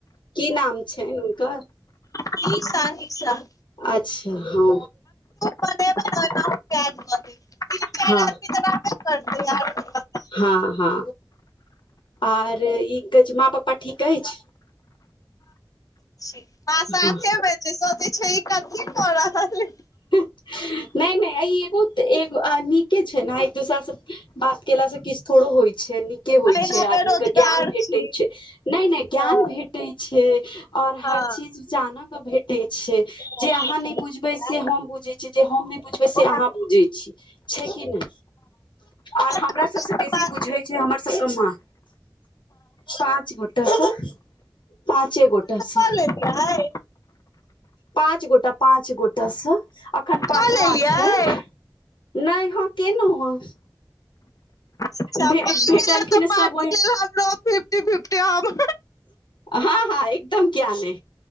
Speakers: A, on the left; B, on the left.
A: की नाम छैन हुनकर
B: की साही साह
A: अच्छा हँ
B: बनेबै ने ओहिमे अहूँके ऐड कऽ देब तीन चारि
A: हँ
B: आदमी तऽ रहबे करतै आओर
A: हँ हँ आओर इ कहै छै माँ पपा ठीक अैछ
B: छी पा
A: हँ
B: <unintelligible> छै रीखा की क रहल ऐय
A: हिं नै नै ई एगो एो नीके छै न एक दोसरा स बात केलासँ किछु थोड़ो होइ छै नीक के होइ
B: अहिना
A: छै
B: बेरोजगार
A: आदमी के ज्ञान भेटै
B: छी
A: छै नै नै ज्ञान
B: हँ
A: भेटै छै आओर
B: हँ
A: हर चीज जानयके भेटै छै
B: सात
A: जे अहाँ नै बुझबै से से हम बुझै छीयै जे हम नै बुझबै
B: गोटा
A: से अहाँ बुझै छीयै छै कि नै आओर
B: से
A: हमरा सबसँ बेसी बुझै छै हमरा सबके माँ पाँच गोटा स पाँचे गोटा स
B: कऽ लेलियै
A: पाँच गोटा पाँच गोटा सऽ अखन
B: कऽ
A: पाँचवा
B: लेलियै
A: छैन नै हो केलौं हँ
B: अच्छा
A: भे
B: पाइ
A: भेटलखिन
B: मिलत तऽ पार्टी
A: सब ओहे
B: लए हमरो फिफ्टी फिफ्टी हम
A: हँ हँ एकदम किया नै